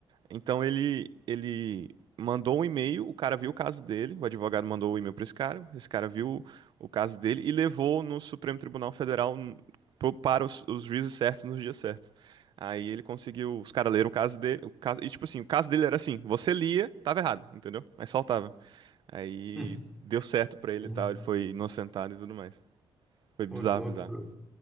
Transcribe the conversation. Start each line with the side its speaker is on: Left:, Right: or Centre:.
Right: Então ele ele mandou um e-mail, o cara viu o caso dele, o advogado mandou o e-mail para esse cara, esse cara viu o caso dele e levou no Supremo Tribunal Federal n- pro- para os, os juízes certos nos dias certos. Aí ele conseguiu, os caras leram o caso dele, o caso, e tipo assim, o caso dele era assim, você lia, tava errado, entendeu? Mas soltava. Aí
Centre: <laughs>
Right: deu certo pra
Centre: Sim.
Right: ele e tal, ele foi inocentado e tudo mais. Foi bizarro,
Centre: Pô, que loucura.
Right: bizarro.